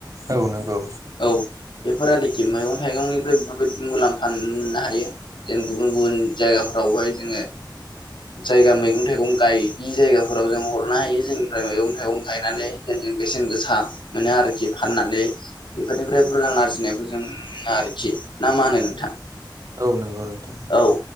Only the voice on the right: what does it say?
औ नोंगौ
औ नोंगौ नोंथां